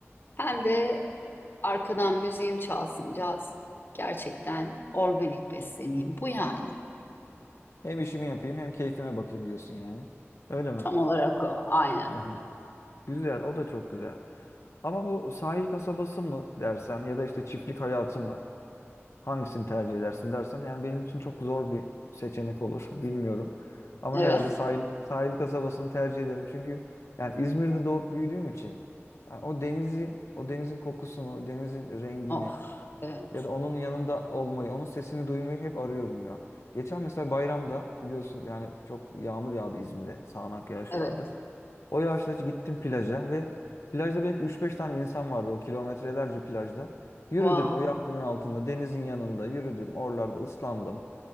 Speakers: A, on the left (about 50°); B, on the left (about 80°).
A: hem de arkadan müziğim çalsın caz. Gerçekten organik besleneyim. Bu yani.
B: Hem işimi yapayım hem keyfime bakayım diyorsun yani. Öyle mi?
A: Tam olarak o. Aynen.
B: Evet. Güzel, o da çok güzel. Ama bu sahil kasabası mı dersen ya da işte çiftlik hayatı mı? Hangisini tercih edersin dersen yani benim için çok zor bir seçenek olur. <laughs> Bilmiyorum. Ama
A: Evet.
B: herhalde sahil sahil kasabasını tercih ederim. Çünkü yani İzmir'de doğup büyüdüğüm için yani o denizi, o denizin kokusunu, denizin rengini
A: Of. Evet.
B: ya da onun yanında olmayı, onun sesini duymayı hep arıyorum ya. Geçen mesela bayramda biliyorsun yani çok yağmur yağdı İzmir'e. Sağanak yağış
A: Evet.
B: vardı. O yaşta gittim plaja ve plajda belki üç beş tane insan vardı o kilometrelerce plajda. Yürüdüm
A: Wow.
B: o yağmurun altında, denizin yanında yürüdüm. Oralarda ıslandım.